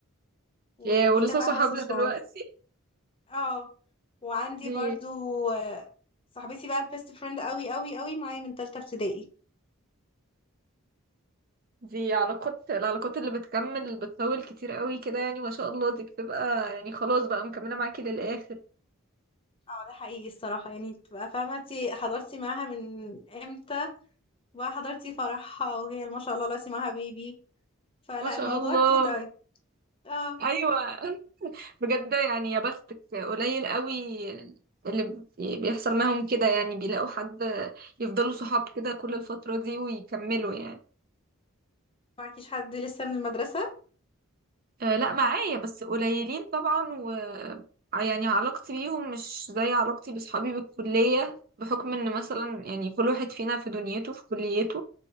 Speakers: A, on the left (about 25°); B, on the right (about 45°).
A: ودي
B: يا ولسه
A: كانت
B: صحابنا
A: احلى صدفة
B: دلوقتي
A: برضه اه وعندي
B: <laughs> دي
A: برضو آه، صاحبتي بقى البيست فريند قوي قوي قوي معايا من تالتة ابتدائي
B: دي علاقات العلاقات اللي بتكمل بتطول كتير قوي كده يعني ما شاء الله دي بتبقى يعني خلاص بقى مكملة معاكي للآخر
A: اه ده حقيقي الصراحة يعني تبقى فاهمة انتي حضرتي معاها من امتى بقى حضرتي فرحها وهي ما شاء الله لسه معاها بيبي فلا
B: ما شاء
A: الموضوع
B: الله
A: كيوت قوي اه
B: ايوه بجد يعني يا بختك قليل قوي اللي بي- بيحصل معاهم كده يعني بيلاقوا حد يفضلوا صحاب كده كل الفترة دي ويكملوا يعني
A: معكيش حد لسه من المدرسة
B: آه، لا معايا بس قليلين طبعا و يعني علاقتي بيهم مش زي علاقتي بصحابي بالكلية بحكم ان مثلا يعني كل واحد فينا في دنيته في كليته